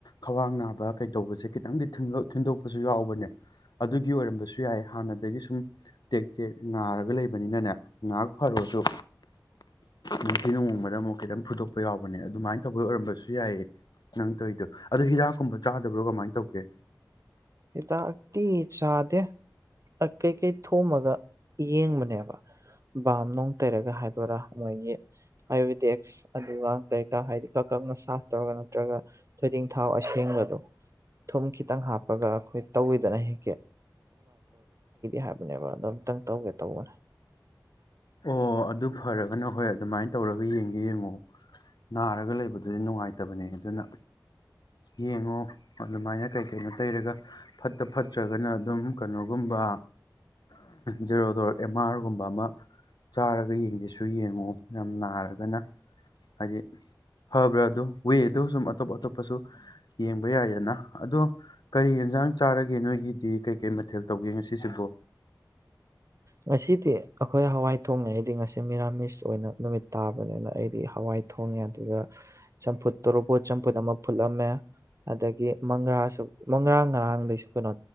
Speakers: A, on the left; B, on the right.
A: ꯈ꯭ꯋꯥꯡ ꯅꯥꯕ ꯀꯩꯗꯧꯕꯁꯦ ꯈꯤꯇꯪꯗꯤ ꯊꯤꯟꯗꯣꯛꯄꯁꯨ ꯌꯥꯎꯕꯅꯦ ꯑꯗꯨꯒꯤ ꯑꯣꯏꯔꯝꯕꯁꯨ ꯌꯥꯏ ꯍꯥꯟꯅꯗꯒꯤ ꯁꯨꯝ ꯇꯦꯛ ꯇꯦꯛ ꯉꯥꯔꯒ ꯂꯩꯕꯅꯤꯅꯅꯦ ꯉꯥꯏꯍꯥꯛ ꯐꯔꯨꯔꯁꯨ ꯅꯤꯡꯊꯤ ꯅꯨꯣꯡꯃꯗ ꯑꯃꯨꯛ ꯈꯤꯇꯪ ꯐꯨꯗꯣꯛꯄ ꯌꯥꯎꯕꯅꯦ ꯑꯗꯨꯃꯥꯏꯅ ꯇꯧꯕꯗ ꯑꯣꯏꯔꯝꯕꯁꯨ ꯌꯥꯏꯑ ꯅꯪ ꯇꯧꯔꯤꯗꯣ ꯑꯗꯨꯗ ꯍꯤꯗꯥꯛꯀꯨꯝꯕ ꯆꯥꯗꯕ꯭ꯔꯣ ꯀꯃꯥꯏꯅ ꯇꯧꯒꯦ
B: ꯁꯤꯇ ꯛꯇꯤ ꯆꯥꯗꯦ ꯀꯩꯀꯩ ꯊꯣꯃꯒ ꯌꯦꯡꯕꯅꯦꯕ ꯕꯥꯝ ꯅꯨꯡ ꯇꯩꯔꯒ ꯍꯥꯏꯗꯣꯏꯔꯥ ꯃꯣꯏꯒꯤ ꯑꯌꯨꯚꯦꯗꯤꯛꯁ ꯑꯗꯨꯒ ꯀꯩꯀꯥ ꯍꯥꯏꯗꯤ ꯀꯛ ꯀꯛꯅ ꯁꯥꯁ ꯇꯧꯔꯒ ꯅꯠꯇ꯭ꯔꯒ ꯊꯣꯏꯗꯤꯡ ꯊꯥꯎ ꯑꯁꯦꯡꯕꯗꯣ ꯊꯨꯝ ꯈꯤꯇꯪ ꯍꯥꯞꯄ ꯑꯩꯈꯣꯏ ꯇꯧꯋꯤꯗꯅ ꯍꯤꯡ ꯍꯥꯏꯕꯅꯦꯕ ꯑꯗꯣ ꯑꯝꯇꯪ ꯇꯧꯒꯦ ꯇꯧꯕꯅꯦ
A: ꯑꯣ ꯑꯗꯨ ꯐꯔꯦ ꯑꯗꯨꯅ ꯍꯣꯏ ꯑꯗꯨꯃꯥꯏꯅ ꯇꯧꯔꯒ ꯌꯦꯡꯒꯦ ꯌꯦꯡꯉꯣ ꯅꯥꯔꯒ ꯂꯩꯕꯗꯨꯗꯤ ꯅꯨꯡꯉꯥꯏꯇꯕꯅꯦ ꯑꯗꯨꯅ ꯌꯦꯡꯉꯣ ꯑꯗꯨꯃꯥꯏꯅ ꯀꯩ ꯀꯩꯅꯣ ꯇꯩꯔꯒ ꯐꯠꯇ ꯐꯠꯇ ꯅꯠꯇ꯭ꯔꯒꯅ ꯑꯗꯨꯝ ꯀꯩꯅꯣꯒꯨꯝꯕ ꯖꯦꯔꯣꯗꯣꯔ ꯑꯦꯝ ꯑꯥꯔꯒꯨꯝꯕ ꯑꯃ ꯆꯥꯔꯒ ꯌꯦꯡꯒꯦꯁꯨ ꯌꯦꯡꯉꯨ ꯌꯥꯝ ꯅꯥꯔꯒꯅ ꯍꯥꯏꯗꯤ ꯐꯕ꯭ꯔꯥ ꯑꯗꯣ ꯋꯦꯗ ꯁꯨꯝ ꯑꯇꯣꯞ ꯑꯇꯣꯞꯄꯁꯨ ꯌꯦꯡꯕ ꯌꯥꯏꯗꯅ ꯑꯗꯣ ꯀꯔꯤ ꯌꯦꯟꯁꯥꯡ ꯆꯥꯔꯒꯦ ꯅꯣꯏꯒꯤꯗꯤ ꯀꯩ ꯀꯩ ꯃꯊꯦꯜ ꯇꯧꯒꯦꯉꯁꯤ ꯁꯤꯕꯣ
B: ꯉꯁꯤꯗꯤ ꯑꯩꯈꯣꯏ ꯍꯋꯥꯏ ꯊꯣꯡꯉꯦ ꯑꯩꯗꯤ ꯉꯁꯤ ꯃꯤꯔꯥꯃꯤꯁ ꯑꯣꯏꯅ ꯅꯨꯃꯤꯠ ꯇꯥꯕꯅꯤꯅ ꯑꯩꯗꯤ ꯍꯋꯥꯏ ꯊꯣꯡꯉꯦ ꯑꯗꯨꯒ ꯆꯝꯐꯨꯠ ꯇꯔꯨꯄꯣꯠ ꯆꯝꯐꯨꯠ ꯑꯃ ꯐꯨꯠꯂꯝꯃꯦ ꯑꯗꯒꯤ ꯃꯪꯒ꯭ꯔꯥꯁꯨ ꯃꯪꯒ꯭ꯔꯥ ꯉꯔꯥꯡꯗꯒꯤꯩꯁꯨ ꯀꯩꯅꯣ